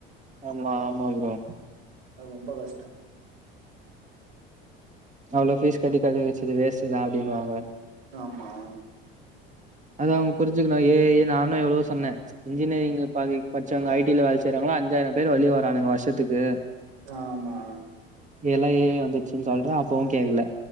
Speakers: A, on the right; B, on the right.
A: ஆமா ஆமா ப்ரோ
B: அது ரொம்ப கஷ்டோ
A: அவ்வளோ பீஸ் கட்டி படிக்க வச்சது வேஸ்ட் தா அப்பின்வாங்க
B: ஆமா
A: அத அவங்க புரிஞ்சுணு ஏ ஐ நானு எவ்ளோ சொன்னே இன்ஜினியரிங் பதி படிசவங்க ஐ டில வேல செய்றாங்களோ அஞ்சாயிரோ பேர் வெழிய வராங்னுங்க வருஷத்துக்கு
B: ஆமா
A: எல்லா ஏ ஐ வந்துச்சுன்னு சொல்றே அப்பவு கேக்கல